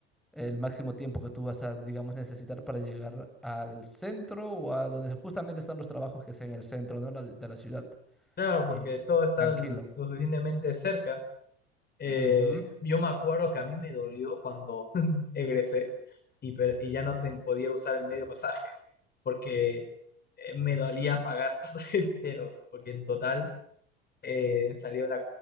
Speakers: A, in the centre; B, on the left.
A: el máximo tiempo que tú vas a, digamos, necesitar para llegar al centro o a donde justamente están los trabajos que sea en el centro, ¿no? La- de la ciudad.
B: Claro, porque
A: Y
B: todo está
A: tranquilo.
B: l- lo suficientemente cerca. Eh,
A: Ujú.
B: yo me acuerdo que a mí me dolió cuando <laughs> egresé y, per- y ya no ten- podía usar el medio pasaje, porque eh, me dolía pagar <laughs> pasaje entero, porque en total eh, salía una